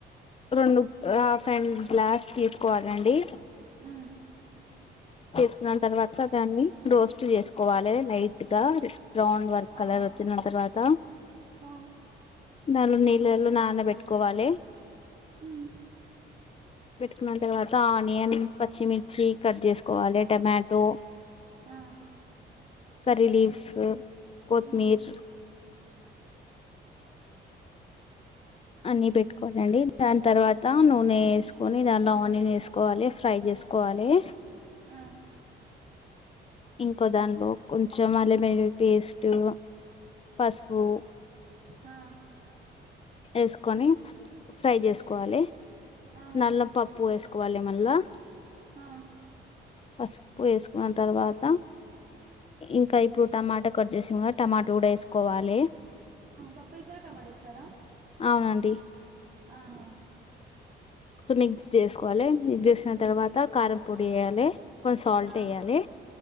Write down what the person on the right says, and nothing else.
మ్
ఆ
ఓ
మ్
మ్
మ్
మ్
ఆ
ఆహా
మ్
పప్పై వేసాక టొమాట వే?
ఆహా!
ఆ